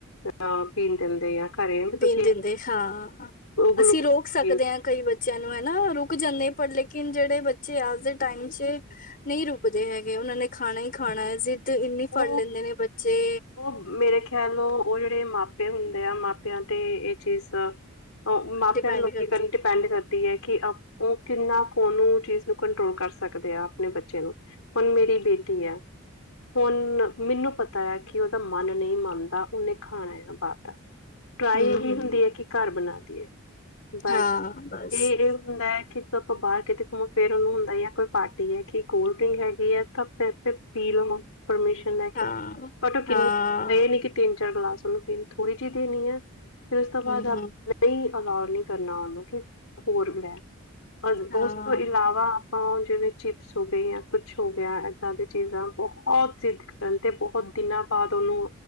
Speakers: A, on the left (about 80°); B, on the left (about 40°).
A: ਜਿਦਾਂ ਪੀਣ ਦਿੰਦੇ ਆ, ਘਰੇ ਵੀ ਤੁਸੀਂ
B: ਦੇਣ ਦਿੰਦੇ ਹਾਂ,
A: ਗਲੂਕੋਸ
B: ਅਸੀਂ ਰੋਕ ਸਕਦੇ
A: ਪੀ ਲਓ
B: ਹਾਂ ਕਈ ਬੱ ਚਿਆਂ ਨੂੰ ਹੈਨਾ ਰੁਕ ਜਾਂਦੇ ਐ, ਪਰ ਲੇਕਿਨ ਜਿਹੜੇ ਬੱਚੇ ਅੱਜ ਦੇ ਟਾਈਮ ਚ ਨਈ ਰੁਕਦੇ ਹੈਗੇ, ਉਹਨਾਂ ਨੇ ਖਾਣਾ ਹੀ ਖਾਣਾ ਜ਼ਿੱਦ ਇੰਨੀ ਫੜ
A: ਉਹ
B: ਲੈਂਦੇ ਨੇ ਬੱਚੇ।
A: ਉਹ ਮੇਰੇ ਖਿਆਲ ਉ ਉਹ ਜਿਹੜੇ ਮਾਪੇ ਹੁੰਦੇ ਆ ਮਾਪਿਆਂ ਤੇ ਇਹ ਚੀਜ਼ ਉਹ ਮਾਪਿਆਂ
B: ਡਿਪੈਂਡ
A: ਨੂੰ ਲੋਕੀ
B: ਕਰਦੀ
A: ਕਹਿ ਡਪੈਂਡ ਕਰਦੀ ਐ, ਕਿ ਉਹ ਕਿੰਨਾ ਕ ਉਹਨੂੰ ਉਹ ਚੀਜ਼ ਨੂੰ ਕੰਟਰੋਲ ਕਰ ਸਕਦੇ ਆ ਆਪਣੇ ਬੱਚੇ ਨੂੰ। ਹੁਣ ਮੇਰੀ ਬੇਟੀ ਐ, ਹੁਣ ਮੈਨੂੰ ਪਤਾ ਐ ਕਿ ਉਹਦਾ ਮਨ ਨਹੀਂ ਮੰਨਦਾ, ਉਹਨੇ ਖਾਣਾ ਆ ਬਾਹਰ ਦਾ। ਟਰਾਈ
B: ਹਮ
A: ਇਹੀ ਹੁੰਦੀ ਐ ਕਿ ਘਰ ਬਣਾ ਦੀਏ। ਬਟ
B: ਹਾਂ ਬਸ
A: ਇਹ ਇਹ ਹੁੰਦਾ ਐ ਕਿ ਆਪਾਂ ਬਾਹਰ ਕਿਤੇ ਘੁੰਮੋ ਫਿਰ ਉਹਨੂੰ ਹੁੰਦਾ ਐ, ਜਾਂ ਕੋਈ ਪਾਰਟੀ ਐ ਕਿ ਕੋਲਡ ਡਰਿੰਕ ਹੈਗੀ ਐਂ ਤਾਂ ਪ ਆਪੇ ਪੀ ਲਵਾਂ। ਪਰਮਿਸ਼ਨ ਲੈ ਕੇ।
B: ਹਾਂ
A: ਬਟ ਕਿੰਨੀ
B: ਹਾਂ
A: ਇਹ ਨੀ ਕਿ ਤਿੰਨ ਚਾਰ ਗਲਾਸ ਉਹਨੂੰ ਪੀਣੀ, ਥੋੜੀ ਜਿਹੀ ਦੇਣੀ ਆ, ਫੇਰ ਉਸ ਤੋਂ ਬਾਅਦ
B: ਹਮ
A: ਆਪ
B: ਹਮ
A: ਕੋਈ ਅਲਾਓ ਨੀ ਕਰਨਾ ਉਹਨੂੰ ਕਿ ਹੋਰ ਲੈ,
B: ਹਾਂ
A: ਉਸ ਤੋਂ ਇਲਾਵਾ ਆਪਾਂ ਜਿਵੇਂ ਚਿਪਸ ਹੋ ਗਏ ਜਾਂ ਕੁਛ ਹੋ ਗਿਆ, ਇੱਦਾਂ ਦੀ ਚੀਜ਼ਾਂ ਬਹੁਤ ਜਿੱਦ ਕਰਨ ਤੇ ਬਹੁਤ ਦਿਨਾਂ ਬਾਅਦ ਉਹਨੂੰ